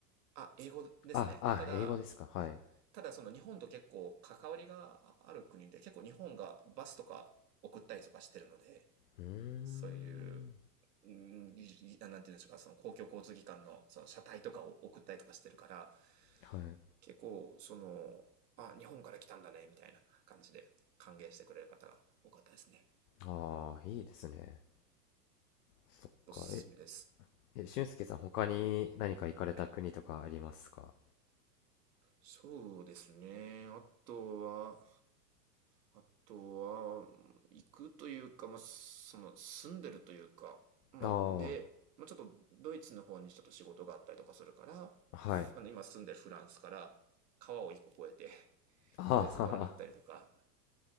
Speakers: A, on the right (about 80°); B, on the left (about 65°).
A: あ、英語ですね。
B: あ、あ、
A: ただ、
B: 英語ですか。はい。
A: ただその日本と結構関わりがある国で、結構日本がバスとか送ったりとかしてるので、
B: うーん。
A: そういう、うんいなんていうんでしょうか、その公共交通機関のその車体とかを送ったりとかしてるから、
B: はい。
A: 結構その、あ、日本から来たんだね、みたいな感じで歓迎してくれる方が多かったですね。
B: ああ、いいですね。そっか。
A: おすすめです。
B: え、え、俊介さん、他に何か行かれた国とかありますか
A: はい。そうですね。あとは、あとは、行くというか、まあ、その、住んでるというか、まあ、
B: ああ、
A: で、まあ、ちょっとドイツの方にちょっと仕事があったりとかするから、
B: はい。
A: あの、今住んでるフランスから川を一個越えて、<laughs>
B: ああ、
A: ドイツ側に行ったりとか、
B: <laughs> はは